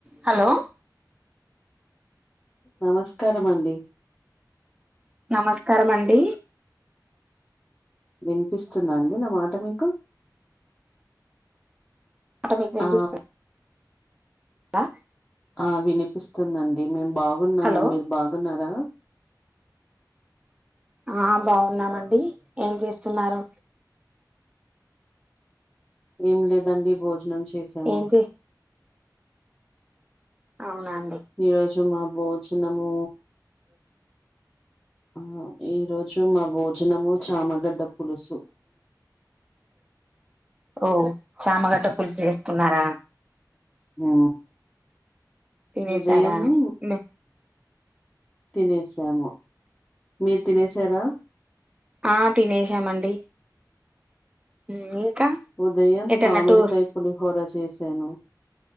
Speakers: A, on the right; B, on the left.
A: Hello
B: నమస్కారాం అండి
A: నమస్కారమండి
B: వినిపిస్తుంద అండి నా మాట మీకు
A: అంటే మీకు వినిపిస్తు
B: ఆ
A: అ
B: ఆ వినిపిస్తుందండి మేము బాగున్నాము
A: హలో
B: మీరు బాగున్నారా
A: అ బావున్నామండి ఏం చేస్తున్నారు
B: ఏం లేదండి భోజనం చేసాము
A: ఏం చే అవున
B: ఈ రోజు మా బోజనము అమ్మో ఈ రోజు మా భోజనము చామగడ్డ పులుసు
A: ఓ చామగడ్డ పులుసు ఏసుకున్నార
B: హూ
A: తినేసారా
B: ఉదయమూ
A: ను
B: తినేసాము మీరు తినేసారా
A: ఆ తినేసామండి ఉమ్ ఇంకా
B: ఉదయం
A: ఎటన్నా
B: మామిడికై
A: టూర్
B: పులిహోర చేసాను